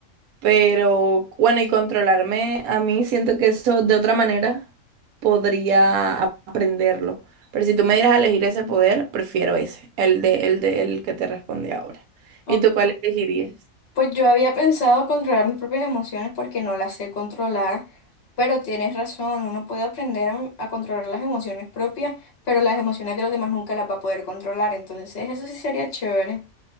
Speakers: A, on the right (about 85°); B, on the left (about 55°).
A: Pero bueno, y controlarme a mí, siento que eso de otra manera podría a- aprenderlo. Pero si tú me dieras a elegir ese poder, prefiero ese, el de, el de, el que te respondí ahora.
B: ok.
A: ¿Y tú cuál elegirías?
B: Pues yo había pensado controlar mis propias emociones porque no las sé controlar, pero tienes razón, uno puede aprender a, a controlar las emociones propias, pero las emociones de los demás nunca las va a poder controlar, entonces eso sí sería chévere.